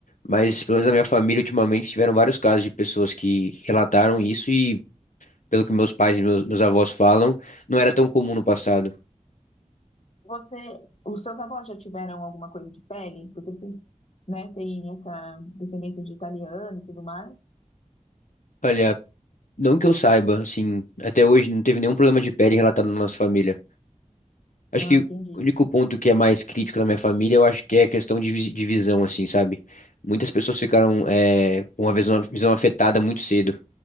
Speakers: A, on the left; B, on the left.
A: mas pelo menos na minha família ultimamente tiveram vários casos de pessoas que relataram isso e pelo que meus pais e meus, meus avós falam, não era tão comum no passado.
B: Você, os seus avós já tiveram alguma coisa de pele? Porque vocês, né, têm essa descendência de italiano e tudo mais.
A: Olha, não que eu saiba, assim, até hoje não teve nenhum problema de pele relatado na nossa família. Acho
B: Ah,
A: que o
B: entendi.
A: único ponto que é mais crítico na minha família, eu acho que é a questão de, vis- de visão, assim, sabe? Muitas pessoas ficaram é, com a visão, visão afetada muito cedo.